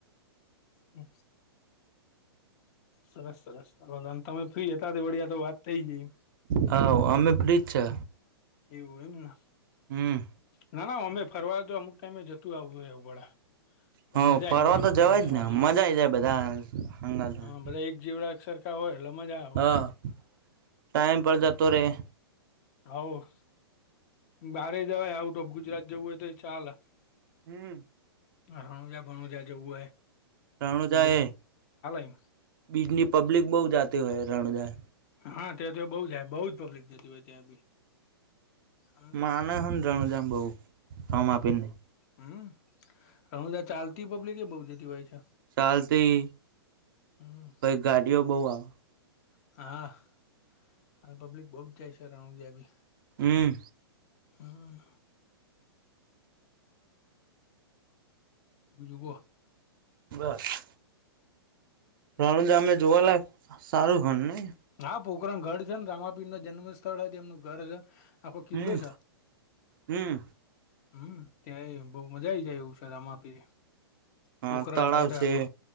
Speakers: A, on the left; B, on the right.
A: હમ્મ. સરસ સરસ વલન તમે ફ્રી હતા તે વળી તો વાત થઇ ગઈ.
B: હા અમે ફ્રી જ છે.
A: એવું એમ ને.
B: હમ્મ.
A: ના ના ઓમે ફરવા તો અમુક ટાઈમે જતું આવવું હેં એવું વળા. પણ
B: હ
A: મજા આઈ જાય એમ
B: તો
A: ફરવા
B: જવાય
A: જવા
B: જ ને
A: જો
B: મજા આઈ જાય બધા હંગાત
A: હા
B: હોય.
A: બધા એક જેવડા છે. તાં હોય એટલે મજા આવ.
B: હા ટાઈમ પણ જતો રહેે.
A: હોવ. બારે જવાય આઉટ ઓફ ગુજરાત જવું હોય તો ચાલે.
B: હમ્મ.
A: હણુંજ બણું જ જેવુંય.
B: રણુજા એ
A: એમ
B: બીજની પબ્લિક બહ જાતી હોય રણુજા.
A: હા ત્યાં તો બઉ જાય બહુ જ પબ્લિક જતી હોય ત્યાં બી. હમ
B: મા ના હમ જાણું જામ બહુ હ મા આપીને.
A: હમ્મ રણુજા ચાલતી પબ્લિક એ બહુ જતી હોય છે.
B: ચાલતી
A: હમ
B: કઈ ગાડીઓ બઉ આવે.
A: હા. અને પબ્લિક બઉુ જાય છે રણુજા <unintelligible> બી.
B: હમ્મ.
A: હા. <inaudible>
B: બસ. રણુજા માં જોવાલાય સારું છે નઈ.
A: હા પોકરણ ઘર છે ને રામાપીર ન જન્મ સ્થળ તેમનું ઘર છે. આખો કિલ્લો
B: હમ
A: છ.
B: હમ
A: હમ્મ ત્યાંય બઉુ મજા આ આવી જાય એવુ છે રામાંપીર.
B: હા
A: પોખરણ
B: તળાવ
A: કર આખો
B: છે